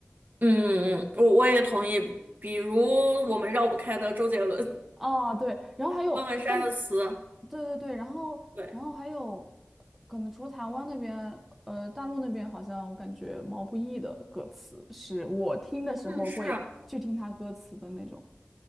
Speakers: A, on the right; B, in the centre.
A: 嗯嗯，嗯我我也同意。比如我们绕不开的周杰伦、
B: 啊，对，然后还有，
A: 方文山的词，
B: 但，对对对，然后，
A: 对，
B: 然后还有，可能除了台湾那边，呃，大陆那边好像我感觉毛不易的歌词是我听的时候会去听他歌词的那种。
A: 嗯，是